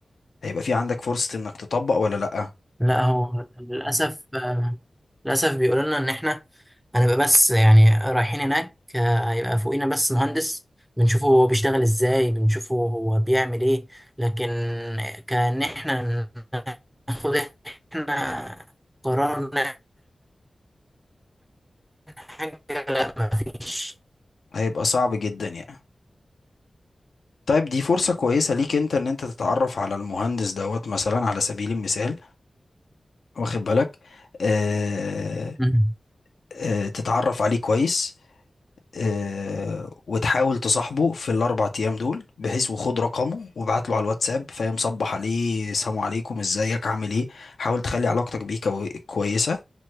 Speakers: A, on the left; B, in the centre.
A: هيبقى في عندك فرصة انك تطبق ولا لأ
B: لا هو للأسف آه، للأسف بيقولوا لنا إن إحنا هنبقى بس يعني رايحين هناك آه، هيبقى فوقينا بس مهندس بنشوفه هو بيشتغل إزاي بنشوفه هو بيعمل إيه لكن كأن إحنا ناخد إحنا قرار نعمل حاجة لا مفيش
A: هيبقى صعب جدا يعني طيب دي فرصة كويسة ليك انت ان انت تتعرف على المهندس دوت مثلا على سبيل المثال واخد بالك اه
B: مم.
A: اه تتعرف عليه كويس اه وتحاول تصاحبه في الاربع ايام دول بحيث وخد رقمه وابعت له على الواتساب فاهم صبح عليه سلام عليكم ازيك عامل ايه حاول تخلي علاقتك بيه كوي- كويسة